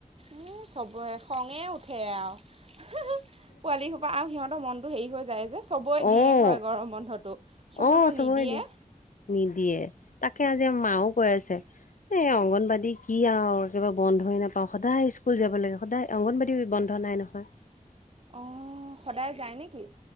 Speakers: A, on the right (about 45°); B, on the left (about 75°).
A: উম চবৰে খঙে উঠে আৰু পোৱালি সোপা আৰু সিহঁতৰ মনটো হেৰি হৈ যায় যে চবে
B: অ',
A: দিয়ে হয় গৰম বন্ধতটো সিহতৰ
B: অ', চবৰে
A: নিদিয়ে।
B: দিয়ে নিদিয়ে তাকে আজি মাও কৈ আছে।
A: হয়।
B: এই অংগনবাদী কি আৰু একেবাৰে বন্ধই নাপাওঁ সদায় স্কুল যাব লাগে সদায় অংগনবাদী বন্ধ নাই নহয়। হয় হয়।
A: অ সদায় যায় নেকি?